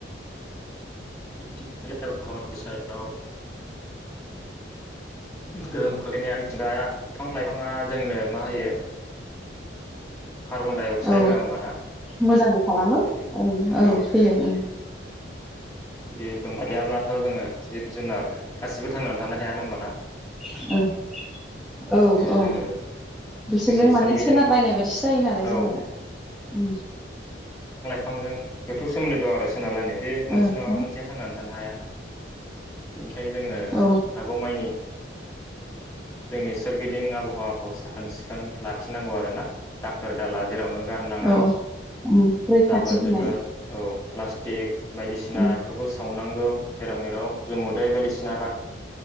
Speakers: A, on the left; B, in the centre.
A: मिथिंगा <unintelligible> सायाव गोहोम खोख्लैनाया मिथिंगाया बिफां लाइफाङा जोंनो मा होयो। कार्बन डाइ अक्साइड
B: औ
A: होआ होमबाना
B: मोजांबो खालामो
A: औ जुदि
B: ओं
A: औ
B: होयो ओं। <inaudible>
A: <unintelligible> <unintelligible> जोङो जिब जुनार गासिबो थांनानै थानो हाया नङा होमबा ना।
B: <unintelligible> औ औ
A: जोङो
B: बिसोरजों
A: जोंनि
B: माने
A: सोरगिदिं
B: सोनारलायनाय बायदिसो जायो नालाय
A: औ
B: जोङो ओं।
A: फांजों गोथौ सोमोनदो दं आरो सोनार लायनाय बे मोनसे
B: ओ
A: नङाबा मोनसेया थांनानै थानो हाया। बेनिखायनो जोङो
B: औ
A: हागौ माइनि। जोंनि सोरगिदिं आबहावाखौ साखोन सिखोन लाखिनांगौ आरोना दाखोर दाला जेरावनो। गारनाङा
B: औ ओं रैखाथि
A: जाबोर
B: होनाय।
A: जोथोर औ प्लास्टिक। बायदिसिना
B: उम
A: इफोरखौ सावनांगौ जेराव मेराव। जुमुदै बायदिसिना गारनाङा